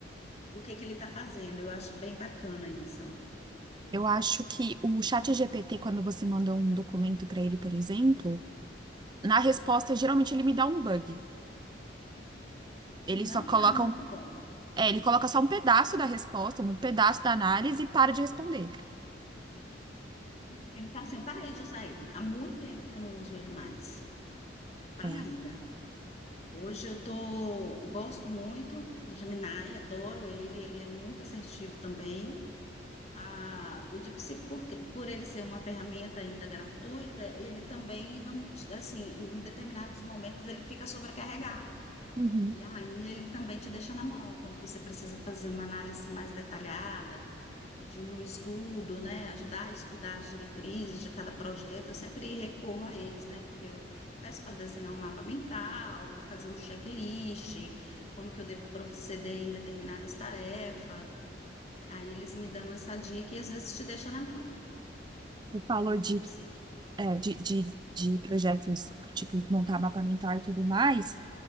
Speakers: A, on the left; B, on the right.
A: o que que ele está fazendo. Eu acho bem bacana isso.
B: Eu acho que o chat ChatGPT, quando você manda um documento para ele, por exemplo, na resposta, geralmente ele me dá um bug. Ele
A: Não
B: só coloca
A: está muito
B: um,
A: bom.
B: é, ele coloca só um pedaço da resposta, um pedaço da análise e para de responder.
A: Ele está assim, eu parei de usar ele. Há muito tempo que eu não uso ele mais. Para
B: É.
A: nada. Hoje eu tô, gosto muito do Gemini, adoro ele, ele é muito assertivo também. Ah, o DeepSeek, por, que- por ele ser uma ferramenta ainda gratuita, ele também não, te- assim, em determinados momentos ele fica sobrecarregado.
B: Uhum.
A: E aí ele também te deixa na mão quando você precisa fazer uma análise mais detalhada pedir um estudo, né, ajudar a estudar as diretrizes de cada projeto, eu sempre recorro a eles, né, porque eu peço para desenhar um mapa mental, fazer um checklist, como que eu devo proceder em determinadas tarefas, aí eles me dão essa dica e às vezes te deixa na mão,
B: Você falou
A: o
B: de,
A: de psique.
B: é, de, de, de projetos, tipo, montar mapa mental e tudo mais.